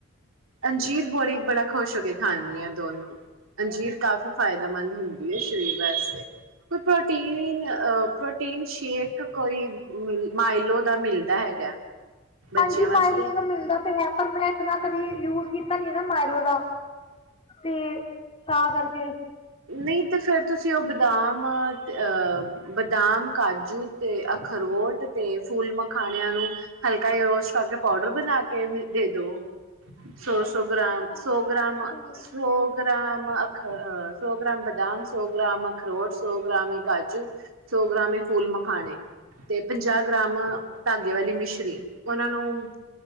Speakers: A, on the right; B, on the left.
A: ਅੰਜੀਰ ਬੜੀ ਬੜਾ ਖੁਸ਼ ਹੋ ਕੇ ਖਾਂਦੀਆ ਦੋਨੋ, ਅੰਜੀਰ ਕਾਫ਼ੀ ਫਾਇਦੇਮੰਦ ਹੁੰਦੀ ਐ ਸ਼ਰੀਰ ਵਾਸਤੇ। ਕੋ ਪ੍ਰੋਟੀਨ ਅ <inaudible> ਪ੍ਰੋਟੀਨ ਸ਼ੇਕ ਕੋਈ, ਮਾਇਲੋ ਦਾ ਮਿਲਦਾ ਹੈਗਾ। ਬੱਚਿਆਂ
B: ਪੰਜ
A: ਵਾਸਤੇ
B: ਮਾਈਲੋ ਦਾ ਮਿਲਦਾ ਪਇਐ। ਪਰ ਮੈਂ ਇਤਨਾ ਕਦੀ ਯੂਜ ਕੀਤਾ ਨੀ ਨਾ ਮਾਇਲੋ ਦਾ ਤੇ, ਤਾਂ ਕਰਕੇ।
A: ਨਹੀਂ ਤੇ ਫਿਰ ਤੁਸੀਂ, ਉਹ ਬਦਾਮ ਅਹ, ਬਦਾਮ, ਕਾਜੂ ਤੇ ਅਖਰੋਟ ਤੇ ਫੁੱਲ ਮਖਾਣਿਆਂ ਨੂੰ ਹਲਕਾ ਯ ਰੋਸਟ ਕਰਕੇ ਪਾਊਡਰ ਬਣਾ ਕੇ ਕੇ ਦੇ ਦਵੋ <inaudible> ਸੋ, ਸੋ
B: ਪਾ
A: ਗ੍ਰਾਮ, ਸੋ
B: ਕੇ
A: ਗ੍ਰਾਮ,
B: ਇੱਕ ਦੋ ਵਾਰੀ
A: ਸੋ ਗ੍ਰਾਮ ਅ ਅ <inaudible> ਸੋ ਗ੍ਰਾਮ ਬਦਾਮ, ਸੋ ਗ੍ਰਾਮ ਅਖਰੋਟ, ਸੋ ਗ੍ਰਾਮ ਕਾਜੂ, ਸੋ ਗ੍ਰਾਮੀ ਫੂਲ ਮਖਾਣੇ। ਤੇ ਪੰਜਾਹ ਗ੍ਰਾਮ ਧਾਗੇ ਵਾਲੀ ਮਿਸ਼ਰੀ, ਉਹਨਾਂ ਨੂੰ